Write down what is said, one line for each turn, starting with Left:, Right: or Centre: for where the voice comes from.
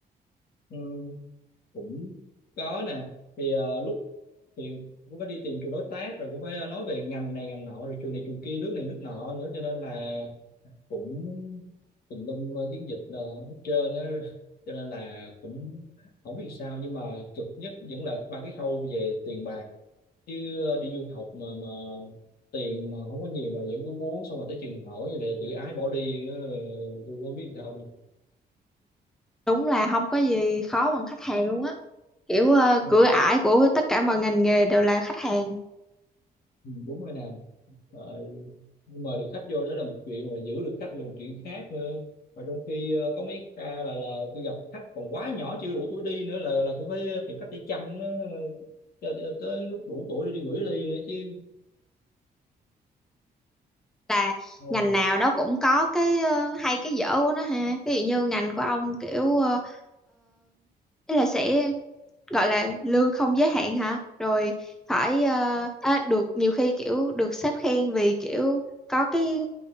Left: ừ, cũng có nè thì ờ, lúc thì cũng phải đi tìm trường đối tác rồi cũng phải ờ, nói về ngành này ngành nọ rồi trường này trường kia nước này nước nọ nữa cho nên là cũng tùm lum ờ, chiến dịch đồ hết trơn á cho nên là cũng không biết sao nhưng mà cực nhất vẫn là ba cái khâu về tiền bạc chứ ờ, đi du học mà mà tiền mà không có nhiều mà vẫn cứ muốn xong rồi tới trường hỏi rồi lại tự ái bỏ đi ờ, tôi không biết sao luôn
Centre: đúng là không có gì khó bằng khách hàng luôn á kiểu ờ,
Left: Ừ,
Centre: cửa ải của tất cả mọi ngành nghề đều là khách hàng
Left: ừ, đúng rồi nè rồi mời được khách vô đó là một chuyện mà giữ được khách là một chuyện khác nữa mà trong khi ờ, có mấy ca là là tôi gặp khách còn quá nhỏ chưa đủ tuổi đi nữa là là cũng phải tìm cách để chăm nó cho tới, tới lúc đủ tuổi để đi gửi đi nữa chứ
Centre: là
Left: Ồ,
Centre: ngành nào nó cũng có cái ờ, hay cái dở của nó ha ví dụ như ngành của ông kiểu uh, là sẽ gọi là lương không giới hạn hả rồi phải ờ, à, được nhiều khi kiểu được sếp khen vì kiểu có cái